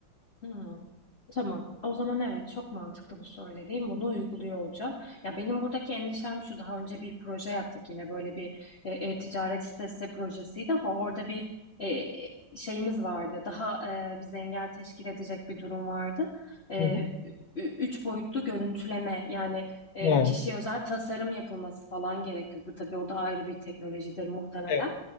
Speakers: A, on the left; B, on the left.
A: Hmm, Tamam. O zaman evet çok mantıklı bu söylediğim. Bunu uyguluyor olacağım. Ya benim buradaki endişem şu. Daha önce bir proje yaptık yine böyle bir e, e, ticaret sitesi projesiydi ama orada bir e, şeyimiz vardı. Daha e, bize engel teşkil edecek bir durum vardı. E,
B: Hı hı.
A: ü- üç boyutlu görüntüleme yani e,
B: Hı.
A: kişiye özel tasarım yapılması falan gerekiyordu. Tabii o da ayrı bir teknolojidir muhtemelen.
B: Evet.